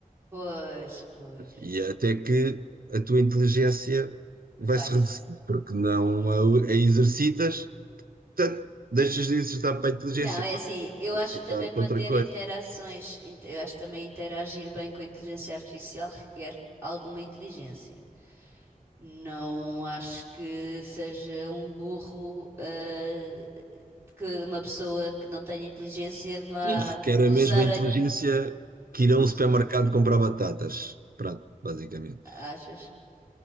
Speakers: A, on the right; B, on the right.
A: Pois, pois.
B: E até que a tua inteligência vai
A: Vai-se.
B: se reduzindo, porque não a, a exercitas, portanto, deixas de exercitar para a inteligência,
A: Não, é
B: pá,
A: assim, eu
B: exercitar
A: acho que também para
B: para outra
A: ter
B: coisa.
A: interações, int- eu acho que também interagir bem com a inteligência artificial requer alguma inteligência. Não acho que seja um burro, eh, que uma pessoa que não tenha inteligência vá
B: E requer
A: usar
B: a mesma inteligência
A: a...
B: que ir a
A: us-
B: um supermercado comprar batatas. Pronto, basicamente.
A: Achas?